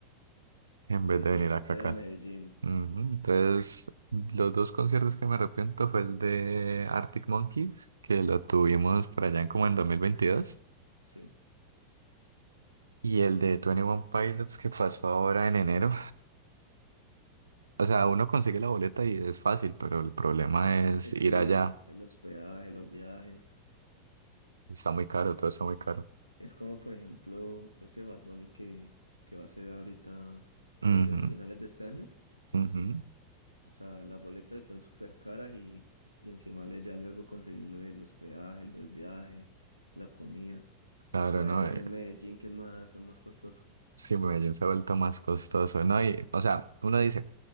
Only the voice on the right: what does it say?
en
vez de
venir
acá acá.
Ujú, Entonces, los dos conciertos que me arrepiento fue el de Arctic Monkeys, que lo tuvimos por allá en como en dos mil veintidós
Y el de 21 Pilots que pasó ahora en enero. O sea, uno consigue la boleta y es fácil, pero el problema es
ir
allá.
Está muy caro,
todo está muy caro.
Ujú,
ujú.
Claro,
no.
eh,
sí, Medellín se ha vuelto más costoso, ¿no? Y, o sea, uno dice,